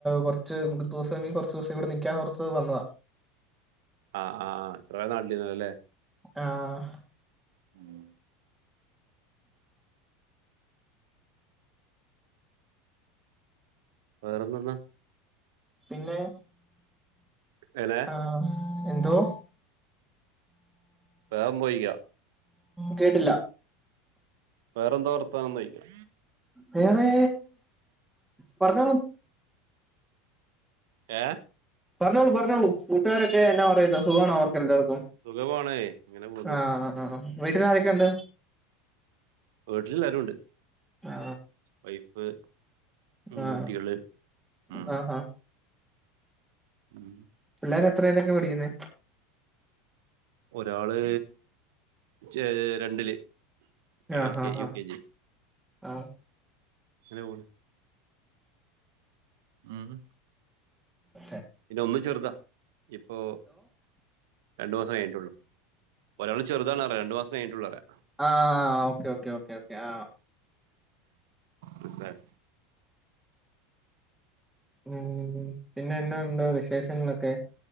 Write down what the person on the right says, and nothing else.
ആഹ് ആഹ് ആഹ് എത്രെയോ നാട്ടിൽന്നു അല്ലേ
ഉം വേറെന്ത്ന്നാ
എനേ
വേഗം പൊയ്കോ
വേറെന്താ വർത്താനംന്നോയ്ക്കാ
ഏഹ്
സുഖമാണേ ഇങ്ങനെ പോന്ന്
വീട്ട്ല് എല്ലാരൂണ്ട്
വൈഫ് ഉം
മൂട്ടികെള് ഉം
ഉം
ഒരാള് ചേ രണ്ടില് ഒരാള്
എൽ
കെ
യു കെ ജി
ങ്ങെനെ പോണ് ഊം ഹും
പിന്നെ ഒന്ന് ചെർതാ ഇപ്പോ രണ്ടു മാസം കയ്ഞ്ഞിട്ടാെള്ളു ഒരാള് ചെർതാന്നറ്യാ രണ്ട് മാസം യ്ഞ്ഞിട്ടാെള്ളുറ്യാ
മനസ്സിലായോ